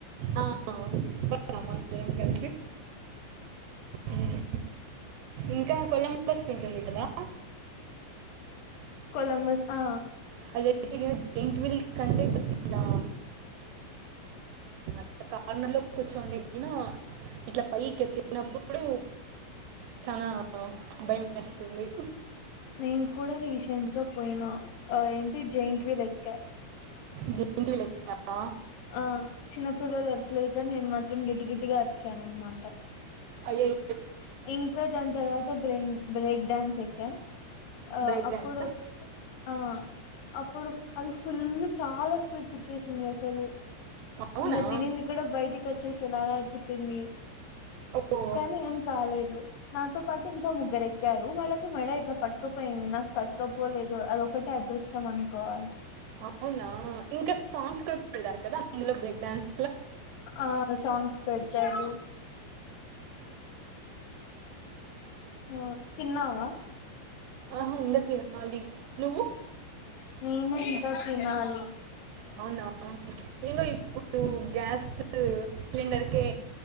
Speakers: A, on the right; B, on the left.
A: ఆ ఎల్దం ఇద్దరం కలిసి మ్మ్. ఇంకా కొలం బస్ ఉంటుంది కదా
B: కొలంబస్ ఆ
A: జ ఇంట్విల్ కంటే పతరా కా కార్నర్ లో కూర్చుండెక్కినా ఇట్లా పైకి ఎత్తినప్పుడు చాలా భయం వేస్తుంది
B: నేను కూడా రీసెంట్గా పోయినా ఆ ఏంటి జాయింట్విల్ క్క
A: జాయింట్విల్ ఎక్కినవ
B: ఆ చిన్న పిల్లలు అరచలేదు కానీ నేను మాత్రం గిట్టి గట్టిగా అరిచాను అనమాట
A: అయ్యాయ్
B: ఇంకా దాని తర్వాత బ్రెం బ్రేక్ డాన్స్ ఎక్కం ఆ
A: బ్రేక్
B: అప్పుడు
A: డాన్సా
B: వచ్చ ఆ అప్పుడు అది ఫుల్ చాలా స్పీడ్ తిప్పేసింది అస్సలు
A: అవునా
B: ఇగ తినింది కూడా బయటికి వచ్చే సలా తిప్పింది
A: ఓ
B: కానీ ఏం కాలేదు నాతో పాటు ఇంకా ముగ్గుర ఎక్కారు వాళ్ళకి మేడ ఇట్లా పట్టుకపోయింది నాకు పట్టుకపోలేదు అదొ ఒకటిే అదృష్టం అనుకోవాలి
A: అవునా ఇంకా సాంగ్స్ కూడా పెడతారు కదా అందులో బ్రేక్ డాన్స్
B: ఆ సాంగ్స్ పెడతారు హ తిన్నావా
A: ఆహ ఇక తినాలి నువ్వు
B: నేను ఇంకా తినాలి
A: అవునా నేను ఇప్పుడు గ్యాస్ సిలిండర్కే